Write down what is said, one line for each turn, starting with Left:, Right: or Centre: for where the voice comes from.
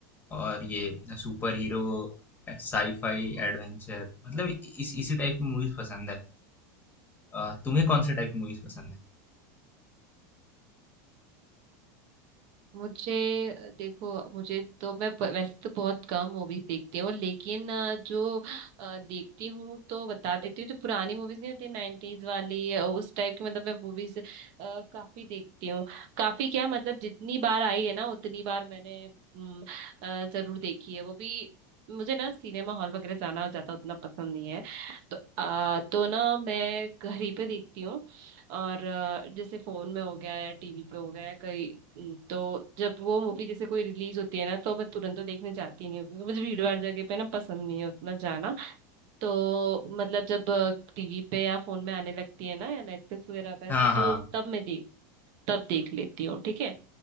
Left: और ये सुपर हीरो साईफाई एडवेंचर मतलब इस इसी टाइप की मूवीज पसंद है अ, तुम्हें कौन से टाइप की मूवीज पसंद है
Right: मुझे अ, देखो मुझे तो मैं प- वैसे तो बहुत कम मूवीज देखती हूँ लेकिन अ, जो अ, देखती हूँ तो बता देती हूँ जो पुरानी मूवीज नहीं होती नाइन्टीज वाली अ, उस टाइप की मतलब मैं मूवीज काफी देखती हूँ काफी क्या मतलब जितनी बार आई है ना उतनी बार मैंने अम, अ, जरूर देखी है वो भी मुझे ना सिनेमा हॉल वगैरह जाना ज्यादा उतना पसंद नहीं है तो अ, तो ना मैं घर ही पे देखती हूँ और अ, जैसे फोन में हो गया या टीवी पे हो गया या कहीं तो जब वो मूवी जैसे कोई रिलीज होती है ना तो मैं तुरंत तो देखने जाती नहीं हूँ क्योंकि मुझे भीड़ भाड़ जगह पे ना पसंद नहीं है उतना जाना तो मतलब जब टीवी पे या फोन में आने लगती है ना या नेटफ्लिक्स वगैरह पे ऐसे
Left: हाँ हाँ
Right: तो तब मैं देख तब देख लेती हूँ ठीक है